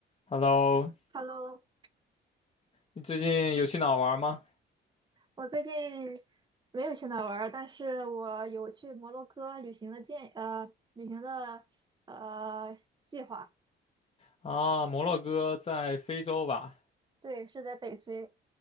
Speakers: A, on the left; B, on the right.
A: Hello，
B: Hello，
A: 你最近有去哪儿玩儿吗？
B: 我最近没有去哪儿玩儿，但是我有去摩洛哥旅行的建呃旅行的呃计划。
A: 啊，摩洛哥在非洲吧？
B: 对，是在北非。